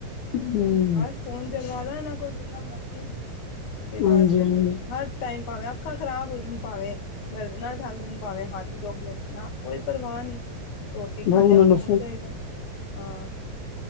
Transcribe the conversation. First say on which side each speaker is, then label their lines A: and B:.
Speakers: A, on the left; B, on the left.
A: ਹੂੰ
B: ਬਸ ਫੋਨ ਚਲਵਾ ਲਾ ਇਹਨਾਂ ਕੋਲ ਜਿੰਨਾ ਮਰਜ਼ੀ ਤੇ ਬਸ
A: ਹਾਂਜੀ ਹਾਂਜੀ
B: ਹਰ ਟਾਈਮ ਭਾਵੇਂ ਅੱਖਾਂ ਖ਼ਰਾਬ ਹੋ ਜਾਣ ਭਾਵੇਂ ਗਰਦਨਾਂ ਥੱਕ ਜਾਣ ਭਾਵੇਂ ਹੱਥ ਦੁਖ ਜਾਣ ਨਾ ਕੋਈ ਪਰਵਾਹ ਨਹੀਂ। ਰੋਟੀ ਖਾਂਦਿਆਂ
A: ਬ ਉਹਨਾਂ ਨੂੰ
B: ਫੋਨ ਚਾਹੀਦਾ। ਹਾਂ